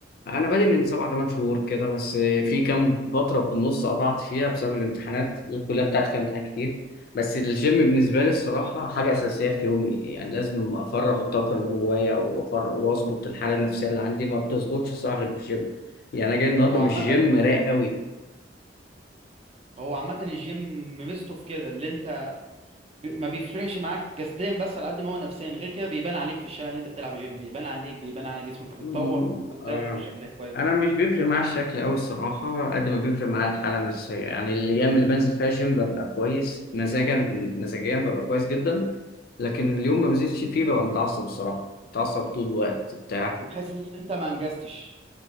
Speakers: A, on the left; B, on the right.
A: انا بادئ من سبع ثمان شهور كده بس في كام فتره في النص قطعت فيها بسبب الامتحانات الكليه بتاعتي فيها امتحانات كتير بس الجيم بالنسبه لي الصراحه حاجه اساسيه في يومي يعني لازم افرغ الطاقه اللي جوايا وافرغ واظبط الحاله النفسيه اللي عندي ما بتظبطش الصراحه غير بالجيم يعني انا جاي النهارده
B: هو
A: مش
B: عامه
A: جيم رايق قوي
B: هو عامه الجيم ميزته في كده اللي انت بي- ما بيفرقش معاك جسديا بس على قد ما هو نفسيا غير كده بيبان عليك في الشارع اللي انت بتلعب جيم بيبان عليك بيبان على جسمك بتتطور
A: مم،
B: قدام
A: آه.
B: بشكل كويس
A: انا مش بيفرق معايا الشكل أوي الصراحه قد ما بيفرق معايا الحاله النفسيه يعني الايام اللي بنزل فيها جيم ببقى كويس مزاجا مزاجيا ببقى كويس جدا لكن اليوم ما بنزلش فيه ببقى متعصب الصراحه متعصب طول الوقت بتاع
B: وتحس ان انت ما انجزتش